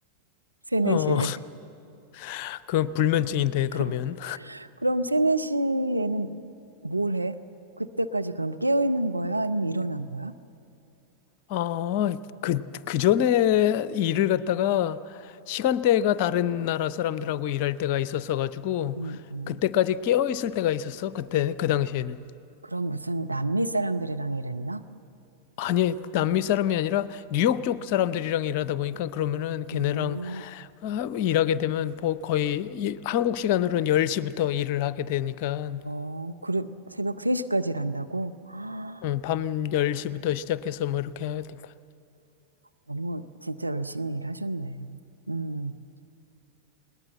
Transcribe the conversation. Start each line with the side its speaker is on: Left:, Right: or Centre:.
Right: 세네
Left: 어,
Right: 시에
Left: <laughs> 그 불면증인데, 그러면.
Right: <laughs> 그럼 세네 시에는뭘 해? 그때까지 그럼 깨어있는 거야? 아니면 일어난 거야?
Left: 아, 그, 그 전에 일을 갖다가 시간대가 다른 나라 사람들하고 일할 때가 있었어가지고,
Right: 음, 음.
Left: 그때까지 깨어 있을 때가 있었어. 그때, 그 당시에는.
Right: 그럼 무슨 남미 사람들이랑 일했나?
Left: 아니, 남미 사람이 아니라 뉴욕 쪽 사람들이랑 일하다 보니까 그러면은 걔네랑
Right: 음.
Left: 아, 일하게 되면 뭐 거의 이- 한국 시간으로는 10시부터 일을 하게 되니까
Right: 어, 그래, 새벽 3시까지 일한다고? 아,
Left: 음, 밤 10시부터 시작해서 뭐 이렇게 하니까
Right: 너무 진짜 열심히 일하셨네. 음,